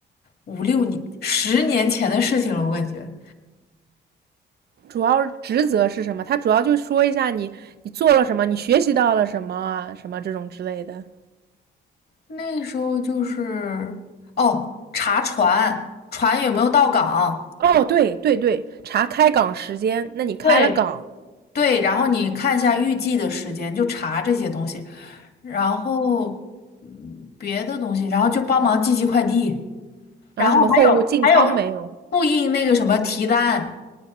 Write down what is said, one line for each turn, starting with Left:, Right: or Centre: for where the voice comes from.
Left: 五六年、十年前的事情了，我感觉
Right: 主要职责是什么？他主要就说一下你你做了什么，你学习到了什么啊，什么这种之类的。
Left: 那时候就是哦，查船，船有没有到港，
Right: 哦，对对对，查开港时间，那你开了港，
Left: 对对，然后你看一下预计的时间，就查这些东西。然后嗯别的东西，然后就帮忙寄寄快递，
Right: 然后什么货物进仓没有？
Left: 然后还有还有复印那个什么提单，